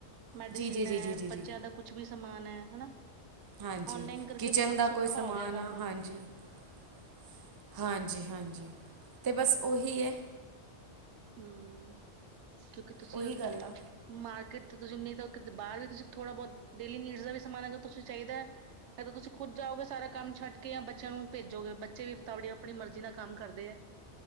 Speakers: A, on the right; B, on the right.
A: ਮੈਡੀਸਿਨ
B: ਜੀ ਜੀ ਜੀ
A: ਹੈ
B: ਜੀ ਜੀ ਜੀ
A: ਬੱਚਿਆਂ ਦਾ ਕੁਛ ਵੀ ਸਮਾਨ ਹੈ ਹਨਾ।
B: ਹਾਂਜੀ
A: ਔਨਲਾਈਨ
B: ਕਿ
A: ਕਰਕੇ
B: ਕਿਚਨ
A: ਬਹੁਤ
B: ਦਾ
A: ਸੌਖਾ
B: ਕੋਈ ਸਮਾਨ
A: ਹੋ ਗਿਆ
B: ਆ
A: ਕੰਮ ਹੁਣ
B: ਹਾਂਜੀ-ਹਾਂਜੀ-ਹਾਂਜੀ। ਅਤੇ ਬਸ ਔਹੀ ਹੈ।
A: ਹੂੰ, ਕਿਉਂਕਿ ਤੁਸੀਂ
B: ਉਹੀ ਗੱਲ ਆ
A: ਮਾਰਕੀਟ ਤੁਸੀਂ ਨਹੀਂ ਤਾਂ ਬਾਹਰ ਵੀ ਤੁਸੀਂ ਥੋੜਾ ਬਹੁਤ ਡੇਲੀ ਨੀਡ ਦਾ ਵੀ ਸਮਾਨ ਤੁਸੀਂ ਚਾਹੀਦਾ ਹੈ ਤੁਸੀਂ ਖੁਦ ਜਾ ਸਾਰਾ ਕੰਮ ਛੱਡ ਕੇ ਜਾਂ ਬੱਚਿਆਂ ਨੂੰ ਭੇਜੋਗੇ ਬੱਚੇ ਵੀ ਤਵੜੇ ਆਪਣੀ ਮਰਜ਼ੀ ਨਾਲ ਕੰਮ ਕਰਦੇ ਹੈ।